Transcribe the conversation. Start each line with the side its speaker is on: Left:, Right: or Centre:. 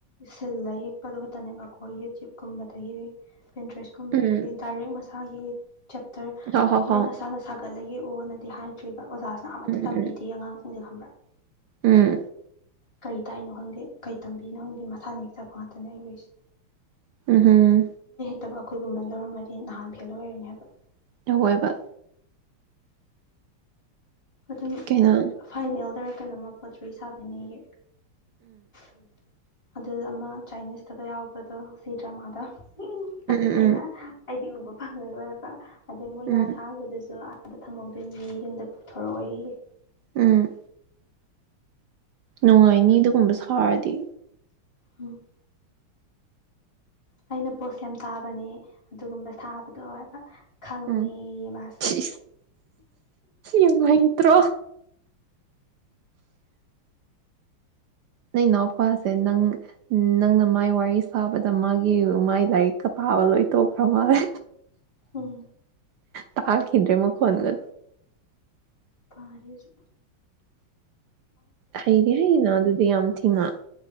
Left: ꯁꯤꯜꯂ ꯌꯦꯛꯄꯗꯨꯣ ꯈꯛꯇꯅꯦꯕꯀꯣ ꯍꫭꯏ ꯌꯨꯇ꯭ꯋꯨꯕ ꯀꯨꯝꯕꯗꯒꯤ ꯄꯦꯟ ꯗ꯭ꯔꯦꯁꯀꯨꯝꯕꯗꯒꯤ
Right: ꯎꯝ
Left: ꯗꯥꯏꯔꯦꯛꯁ ꯃꯁ ꯊꯥꯒꯤꯠ ꯆꯦꯇꯔ
Right: ꯍꯣ ꯍꯣ
Left: ꯅꯣꯏ
Right: ꯍꯣ
Left: ꯅꯁꯥ ꯅꯁꯥꯒ ꯂꯩꯌꯦ ꯑꯣꯅꯗꯤ ꯍꯥꯏꯗ꯭ꯔꯤꯕ ꯑꯣꯖꯥꯁꯤꯅ ꯑꯃꯠꯇ
Right: ꯎꯝ
Left: ꯇꯝꯕꯤꯗꯦ
Right: ꯎꯝ
Left: ꯑꯉꯥꯡ ꯃꯣꯖꯦ ꯈꯕ꯭ꯔꯥ ꯎꯝ
Right: ꯎꯝ
Left: ꯀꯔꯤ ꯇꯥꯛꯏꯅꯣ ꯈꯪꯗꯦ ꯀꯔꯤ ꯇꯝꯕꯤꯅꯣ ꯈꯪꯗꯦ ꯃꯁꯥꯅ ꯍꯦꯛ ꯆꯕ ꯉꯥꯛꯇꯅꯦ ꯑꯩꯟ ꯎꯔꯤꯁꯤ
Right: ꯎꯍꯝ
Left: ꯐꯠꯇꯕ ꯑꯈꯣꯏꯒꯨꯝꯕꯅ ꯂꯧꯔꯝꯃꯗꯤ ꯅꯍꯥꯟ ꯐꯦꯜ ꯑꯣꯏꯔꯅꯤ ꯍꯥꯏꯕ
Right: ꯇꯧꯋꯥꯏꯕ
Left: ꯑꯗꯨꯅꯤ
Right: ꯀꯩꯅꯣ
Left: ꯐꯥꯏꯅꯦꯜꯗ ꯈꯣꯏꯅꯝꯃ ꯄꯣꯠ ꯆꯣꯏ ꯁꯥꯕꯤꯅꯤꯌꯦ ꯎꯝ ꯑꯗꯨ ꯑꯃ ꯆꯥꯏꯅꯤꯁꯇꯒ ꯌꯥꯎꯕꯗꯣ ꯁꯤ ꯗ꯭ꯔꯃꯥꯗ ꯎꯝ ꯑꯗꯨꯒꯤ
Right: ꯎꯝ
Left: ꯑꯩꯅ
Right: ꯎꯝ
Left: ꯑꯩꯗꯤ ꯎꯕ ꯐꯪꯉꯔꯣꯏꯕ ꯑꯗꯩ ꯃꯣꯏꯅ
Right: ꯎꯝ
Left: ꯑꯁꯥꯕꯗꯁꯨ ꯑꯥꯗ ꯊꯝꯍꯧꯗꯣꯏꯅꯤ ꯌꯨꯝꯗ ꯊꯔꯣꯏꯌꯦ
Right: ꯎꯝ ꯅꯨꯡꯉꯥꯏꯅꯤ ꯑꯗꯨꯒꯨꯝꯕ ꯁꯥꯔꯗꯤ
Left: ꯎꯝ ꯑꯩꯅ ꯄꯣꯁ ꯌꯥꯝ ꯇꯥꯕꯅꯦ ꯑꯗꯨꯒꯨꯝꯕ ꯁꯥꯕꯗꯣ ꯍꯥꯏꯕ ꯈꯡꯉꯦꯌꯦ
Right: ꯎꯝ
Left: ꯃꯥꯁꯨ
Right: ꯁꯤ ꯌꯥꯝ ꯍꯩꯇ꯭ꯔꯣ ꯅꯪ ꯏꯅꯥꯎꯄꯥꯁꯦ ꯅꯪ ꯅꯪꯅ ꯃꯥꯏ ꯋꯥꯔꯤ ꯁꯥꯕꯗ ꯃꯥꯒꯤ ꯃꯥꯥꯏ ꯂꯥꯏꯔꯤꯛꯀ ꯄꯥꯕ ꯂꯣꯏ ꯇꯣꯛꯈ꯭ꯔ ꯃꯥꯜꯂꯦ
Left: ꯎꯝ
Right: ꯇꯥꯈꯤꯗ꯭ꯔꯦ ꯃꯈꯣꯟꯒ
Left: ꯄꯥꯔꯤꯁꯨ
Right: ꯍꯩꯗꯤ ꯍꯩꯅ ꯑꯗꯨꯗꯤ ꯌꯥꯝ ꯊꯤꯅ